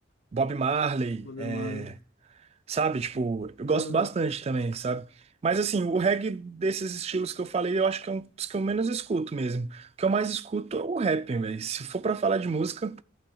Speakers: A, on the right; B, on the left.
A: Bob Marley,
B: Bob
A: é,
B: Marley.
A: sabe? Tipo, eu gosto
B: Aham.
A: bastante também, sabe? Mas assim, o reggae desses estilos que eu falei, eu acho que é um dos que eu menos escuto mesmo. O que eu mais escuto é o rap, velho. Se for pra falar de música,